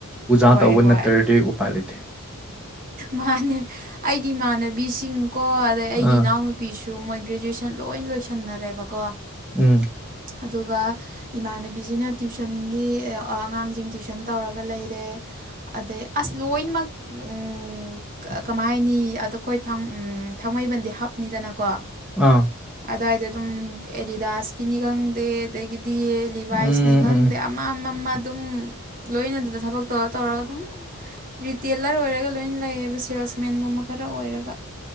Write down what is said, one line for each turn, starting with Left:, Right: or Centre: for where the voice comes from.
Centre: ꯎꯖꯥ
Right: ꯍꯣꯏ
Centre: ꯇꯧꯕ
Right: ꯍꯣꯏ
Centre: ꯅꯠꯇ꯭ꯔꯗꯤ ꯎꯄꯥꯏ ꯂꯩꯇꯦ
Right: ꯃꯥꯅꯦ ꯑꯩꯒꯤ ꯏꯃꯥꯟꯅꯕꯤꯁꯤꯡꯀꯣ ꯑꯗꯩ ꯑꯩꯒꯤ
Centre: ꯑꯥ
Right: ꯏꯅꯥꯎꯅꯨ ꯄꯤꯁꯨ ꯃꯣꯏ ꯒ꯭ꯔꯦꯖꯨꯑꯦꯁꯟ ꯂꯣꯏ ꯂꯣꯏꯁꯟꯅꯔꯦꯕꯀꯣ
Centre: ꯎꯝ
Right: ꯑꯗꯨꯒ ꯏꯃꯥꯟꯅꯕꯤꯁꯤꯅ ꯇ꯭ꯋꯤꯁꯟꯒꯤ ꯑꯉꯥꯡꯁꯤꯡ ꯇ꯭ꯋꯤꯁꯟ ꯇꯧꯔꯒ ꯂꯩꯔꯦ ꯑꯗꯩ ꯑꯁ ꯂꯣꯏꯅꯃꯛ ꯎꯝ ꯀꯃꯥꯏ ꯍꯥꯏꯅꯤ ꯑꯗꯣ ꯑꯩꯈꯣꯏ ꯊꯥꯡ ꯊꯥꯡꯃꯩꯕꯟꯗꯤ ꯍꯥꯞꯅꯤꯗꯅꯀꯣ
Centre: ꯑꯥ
Right: ꯑꯗꯋꯥꯏꯗ ꯑꯗꯨꯝ ꯑꯦꯂꯤꯗꯥꯁꯀꯤꯅꯤ ꯈꯪꯗꯦ ꯑꯗꯥꯒꯤꯗꯤ ꯂꯤꯚꯥꯏꯁꯅꯤ
Centre: ꯎꯝ
Right: ꯈꯪꯗꯦ
Centre: ꯎꯝ
Right: ꯃꯥ ꯃꯥ ꯃꯥ ꯑꯗꯨꯝ ꯂꯣꯏꯅꯗꯅ ꯊꯕꯛ ꯇꯧꯔ ꯇꯧꯔꯒ ꯑꯗꯨꯝ ꯔꯤꯇꯦꯂꯔ ꯑꯣꯏꯔꯒ ꯂꯣꯏ ꯂꯩꯌꯦꯕ ꯁꯦꯜꯁꯃꯦꯟꯒꯨꯝꯕ ꯈꯔ ꯑꯣꯏꯔꯒ